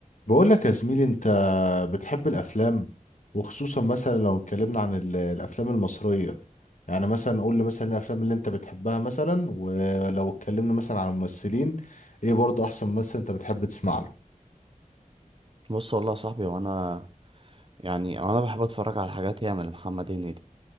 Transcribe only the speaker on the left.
بقول لك يا زميلي انت بتحب الافلام وخصوصا مثلا لو اتكلمنا عن ال- الافلام المصريه يعني مثلا قول لي مثلا إيه الافلام اللي انت بتحبها مثلا ولو اتكلمنا مثلا عن الممثلين ايه برضه احسن ممثل انت بتحب تسمع له